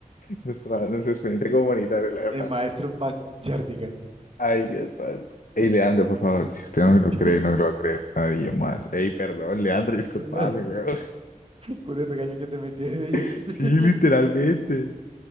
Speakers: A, on the left (about 70°); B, on the right (about 40°).
A: nuestra, nuestra experiencia comunitaria, la verdad.
B: El maestro Backyardigan.
A: Ay, Dios santo. Ey, Leandro, por favor, si usted no
B: <laughs>
A: me lo cree, no me lo va a creer nadie más. Ey, perdón, Leandro, disculpame,
B: Jardigan.
A: weón.
B: Con el regaño que te metí de día.
A: <laughs> Sí,
B: <laughs>
A: literalmente.